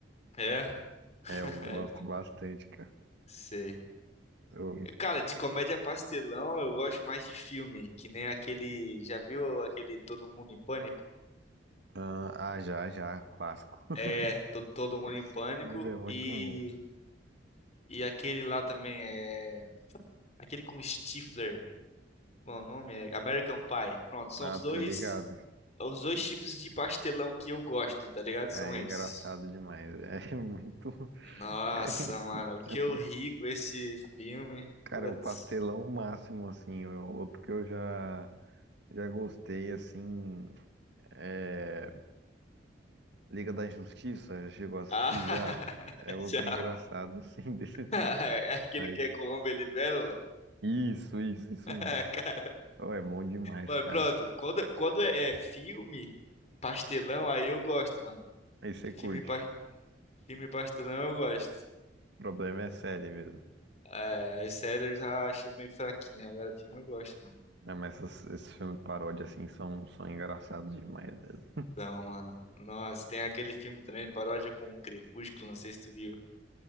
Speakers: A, on the left; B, on the right.
A: É,
B: É, eu
A: é
B: gosto
A: bom.
B: bastante, cara.
A: Sei.
B: Eu-
A: Cara, de comédia pastelão eu gosto mais de filme, que nem aquele. Já viu aquele Todo Mundo em Pânico?
B: Ah, ah, já, já, clássico. <laughs>
A: É, to- Todo Mundo
B: Esse
A: em Pânico
B: filme é muito
A: e.
B: bom.
A: E aquele lá também é. Aquele com Stifler. Bom, o nome é American Pie. Pronto, são
B: Ah,
A: os dois.
B: tá ligado.
A: Os dois tipos de pastelão que eu gosto, tá ligado?
B: É
A: São esses.
B: engraçado demais. É <laughs> muito.
A: Nossa,
B: É,
A: mano, o que
B: é, fu-
A: eu ri com esse filme.
B: cara,
A: Putz.
B: é o pastelão máximo, assim. é Outro que eu já, já gostei, assim. É Liga da Injustiça, já chegou a assistir
A: Ah, <laughs>
B: já. É outro
A: já,
B: engraçado, assim, <laughs> desse
A: <laughs> Aquele
B: naipe.
A: que é com homem libélula.
B: Isso, isso, isso
A: <laughs>
B: mesmo.
A: Cara,
B: Oh, é bom demais,
A: mano,
B: cara.
A: pronto. Quando, quando é é filme pastelão, aí eu gosto, mano.
B: Aí você curte.
A: Filme, pas- filme pastelão eu gosto.
B: O problema é série mesmo.
A: É, as séries eu já acho meio fraquinha. Agora, filme eu gosto, mano.
B: É, Mas essas- esses filmes de paródia, assim, são, são engraçados demais mesmo.
A: Então, mano. Nossa, tem aquele filme também, paródia com o Crepúsculo, não sei se tu viu.